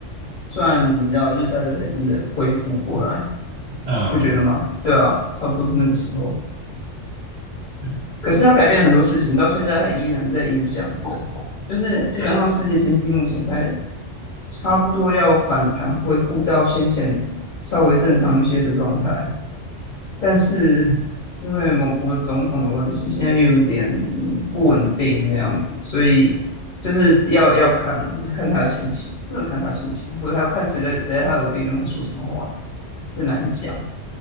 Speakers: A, on the left; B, on the right.
A: 算，你知道，就是大家才真的恢复过来。
B: 嗯嗯，
A: 不觉得吗？对啊，差不多是那个时候。
B: 对
A: 可是他改变了很多事情，到现在还依然在影响着。就是基本上世界经济目前才差不多要反弹，恢复到先前稍微正常一些的状态。但是因为某国总统的问题，现在又有点不稳定那样子，所以就是要要看，就是看他的心情，不能看他的心情，或者还要看谁在谁在他耳边跟他说什么话，很难讲。